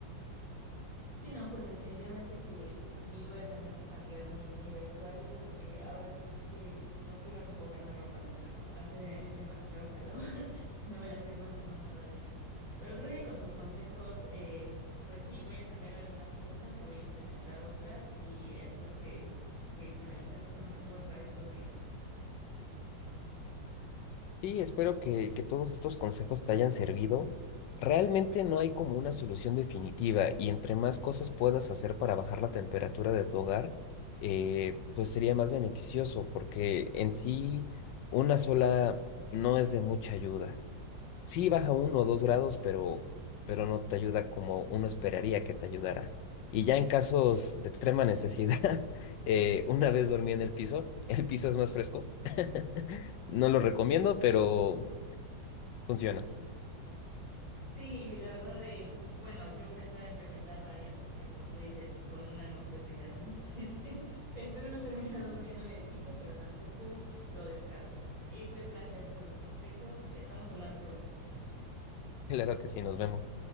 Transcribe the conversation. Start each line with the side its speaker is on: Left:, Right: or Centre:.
Right: Sí, no, pues definitivamente que, que sí voy a tener que cambiar mi, mi vestuario porque ahora sí que no quiero ni ponerme ropa de plano. Hace demasiado calor, <laughs> no me la estoy pasando nada bien. Pero creo que con tus consejos, eh, pues sí, voy a cambiar algunas cosas y voy a implementar otras y espero que, que, que me la esté pasando mejor para estos días.
Left: Sí, espero que, que todos estos consejos te hayan servido. Realmente no hay como una solución definitiva y entre más cosas puedas hacer para bajar la temperatura de tu hogar, eh, pues sería más beneficioso porque en sí una sola no es de mucha ayuda. Sí, baja uno o dos grados, pero, pero no te ayuda como uno esperaría que te ayudara. Y ya en casos de extrema necesidad, <laughs> eh, una vez dormí en el piso, <laughs> el piso es más fresco. <laughs> No lo recomiendo, pero funciona.
Right: Sí, la verdad de, bueno, yo pensaba implementar varias, porque como tú dices, con una no creo que sea suficiente. <laughs> Espero no terminar durmiendo en el piso, pero tampoco lo descarto. Y pues gracias por los consejos. Estamos hablando pronto.
Left: Claro que sí, nos vemos.